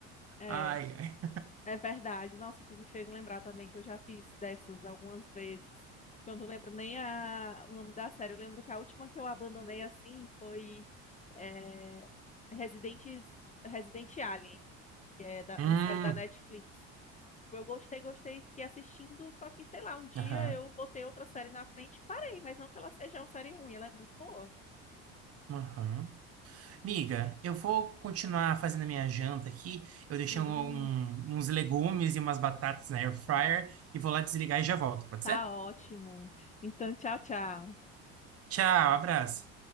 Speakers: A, on the left (about 20°); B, on the right (about 45°).
A: É,
B: Ai, ai.
A: é verdade. Nossa, tu me fez lembrar também que eu já fiz dessas algumas vezes. Eu não lembro nem a, o nome da série. Eu lembro que a última que eu abandonei assim foi é, Residentes, Resident Alien. que é da-
B: Hum,
A: uma série da Netflix. Tipo, Eu gostei, gostei, fiquei assistindo, só que, sei lá, um dia
B: aham,
A: eu botei outra série na frente e parei, mas não que ela seja uma série ruim, ela é muito boa.
B: aham. Miga, eu vou continuar fazendo a minha janta aqui. Eu deixei
A: Sim,
B: um- um, uns legumes e umas batatas na air fryer e vou lá desligar e já volto, pode
A: tá
B: ser?
A: ótimo. Então, tchau, tchau.
B: Tchau, abraço.